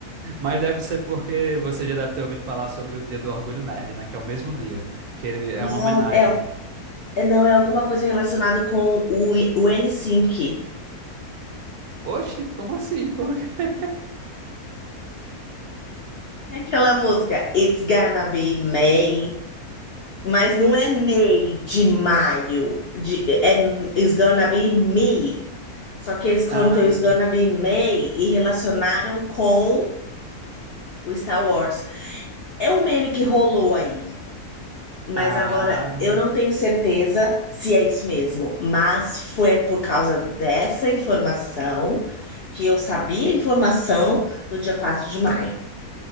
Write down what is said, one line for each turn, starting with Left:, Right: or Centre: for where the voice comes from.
Right: Mas deve ser porque você já deve ter ouvido falar sobre o dia do orgulho nerd, né? Que é o mesmo dia, que ele é
Left: Não,
Right: uma homenagem.
Left: é, é- não é alguma coisa relacionada com o, o NSYNC.
Right: Oxi, como assim? <laughs> Por quê?
Left: É aquela música It's Gonna Be May, mas não é May de maio, de, é It's Gonna Be Me. Só que eles cantam
Right: Ah,
Left: It's Gonna Be May e relacionaram com o Star Wars. É um meme que rolou aí, mas
Right: ah,
Left: agora eu não tenho certeza se é isso mesmo. Mas foi por causa dessa informação que eu sabia a informação do dia 4 de maio.